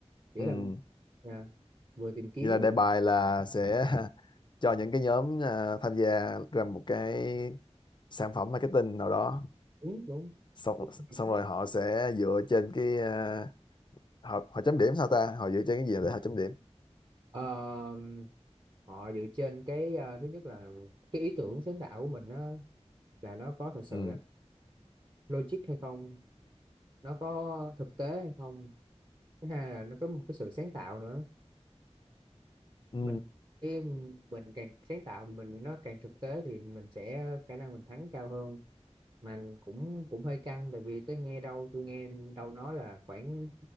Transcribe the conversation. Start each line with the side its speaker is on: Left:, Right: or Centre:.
Right: nghĩa
Left: ừ
Right: là à, vừa tìm kiếm
Left: Vậy là đề bài là sẽ <laughs> cho những cái nhóm à, tham gia ra một cái sản phẩm marketing nào đó
Right: đúng đúng
Left: xong
Right: đúng.
Left: xong rồi họ sẽ dựa trên cái à, họ họ chấm điểm sao ta họ dựa trên cái gì để họ chấm điểm
Right: Ờ, họ dựa trên cái ờ, thứ nhất là cái ý tưởng sáng tạo của mình á là nó có thật sự
Left: ừ
Right: là logic hay không nó có thực tế hay không thứ hai là nó có một cái sự sáng tạo nữa
Left: ừ
Right: mình cái mình càng sáng tạo mình nó càng thực tế thì mình sẽ khả năng mình thắng cao hơn mà cũng cũng hơi căng tại vì tôi nghe đâu tôi nghe đâu nói là khoảng